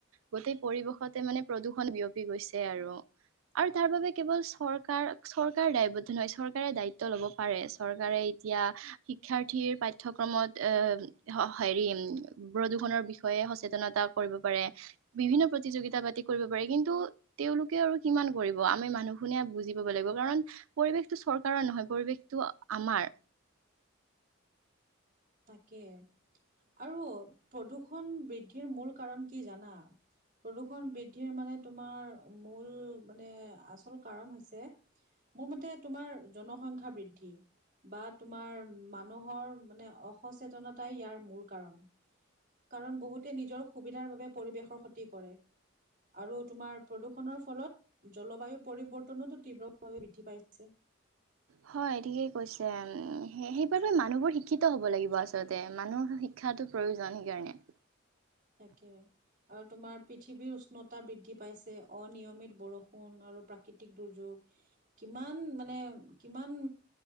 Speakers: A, on the right; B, on the right.
A: গোটেই পৰিৱেশতে মানে প্ৰদূষণ বিয়পি গৈছে আৰু। আৰু তাৰ বাবে কেৱল চৰকাৰ চৰকাৰ দায়বদ্ধ নহয় চৰকাৰে দায়িত্ব ল'ব পাৰে। চৰকাৰে এতিয়া শিক্ষাৰ্থীৰ পাঠ্যক্ৰমত এ হেৰি প্ৰযু প্ৰদূষণৰ বিষয়ে সচেতনতা কৰিব পাৰে বিভিন্ন প্ৰতিযোগিতা পাতি কৰিব পাৰে কিন্তু তেওঁলোকে। আৰু কিমান কৰিব আমি মানুহ বোৰে বুজি পাব লাগিব কাৰণ পৰিৱেশটো চৰকাৰৰ নহয় পৰিৱেশটো। আমাৰ
B: তাকে আৰু প্ৰদূ্ষণ বৃদ্ধিৰ মূল কাৰণ কি জানা? প্ৰদূষণ বৃদ্ধিৰ মানে তোমাৰ মূল মানে আচল কাৰণ হৈছে মোৰ মতে তোমাৰ জনসংখ্যাৰ বৃদ্ধি। বা তোমাৰ মানুহৰ মানে অসচেতনতাই ইয়াৰ মূল কাৰণ। কাৰণ বহুতে নিজৰ সুবিধাৰ বাবে পৰিৱেশৰ ক্ষতি কৰে। আৰু তোমাৰ প্ৰদূষণৰ ফলত জলবায়ু পৰিৱৰ্তনোতো তীব্ৰভাৱে বৃদ্ধি পাইছে। যে
A: হয় ঠিকে কৈছে, সেইবাবে মানুহবোৰ শিক্ষিত হব লাগিব আচলতে মানুহ শিক্ষটো প্ৰয়োজন সেইকাৰণে।
B: তাকে। আৰু তোমাৰ পৃথিৱীৰ উষ্ণতা বৃদ্ধি পাইছে অনিয়মিত বৰষুণ আৰু প্ৰাকৃতিক দুৰ্যোগ কিমান মানে কিমান